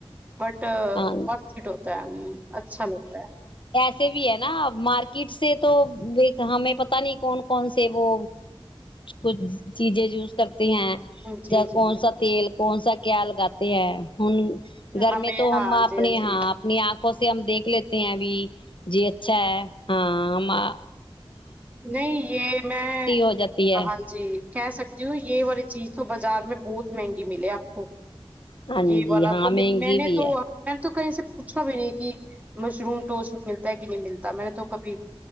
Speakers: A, on the right; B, on the left.
A: بٹورتھ
B: ہاں
A: اٹ ہوتا ہے اچھا لگتا ہے
B: ایے بھی ہے نا مارکیٹ سے تو ہمیں پتا نہیں کون کون سے وہ کچھ چیزیں یوز کرتے ہیں
A: ہے جی
B: جب
A: جی
B: کون سا تیل کون سا کیا لگاتے ہیں ہن گر
A: ہمیں
B: میں تو
A: ہاں
B: ہم اپنی
A: جی جی
B: ہاں اپنی آنکھ آنکھوں سے ہم دیک لیتے ہیں ابھی جی اچھا ہے ہاں میں
A: نہیں یہ میں
B: ہو جاتی ہے
A: ہاں جی کہہ سکتی ہوں یہ والی چیز تو بازار میں بہت مہنگی ملے آپ کو
B: ہاں
A: جی والا
B: ہاں
A: تو
B: مہنگی
A: میں نے
B: بھی
A: تو
B: ہے
A: <unintelligible> تو کہیں سے پوچھا بھی نہیں کہ مشروم توٹ اس ملتا ہے کہ نہیں ملتا میں نے تو کبھی